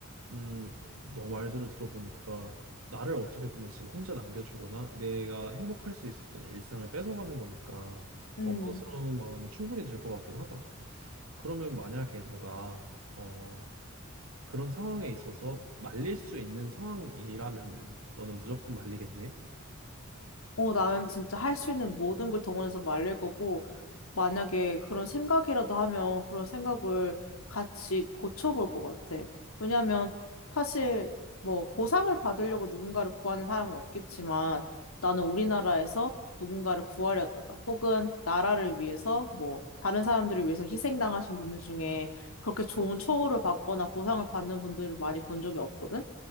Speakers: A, on the right; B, on the left.
A: 음, 너 말들을 들어보니까 나를 어떻게 보면 지금 혼자 남겨주거나 내가 행복할 수 있었던 일상을 뺏어가는 거니까
B: 음.
A: 원망스러운 마음이 충분히 들 것 같긴 하다. 그러면 만약에 너가 어, 그런 상황에 있어서 말릴 수 있는 상황이라면은 너는 무조건 말리겠네?
B: 어, 나는 진짜 할 수 있는 모든 걸 동원해서 말릴 거고, 만약에 그런 생각이라도 하면 그런 생각을 같이 고쳐볼 것 같아. 왜냐면 사실 뭐 보상을 받으려고 누군가를 구하는 사람은 없겠지만 나는 우리나라에서 누군가를 구하려다가 혹은 나라를 위해서 뭐 다른 사람들을 위해서 희생당하신 분들 중에 그렇게 좋은 처우를 받거나 보상을 받는 분들을 많이 본 적이 없거든.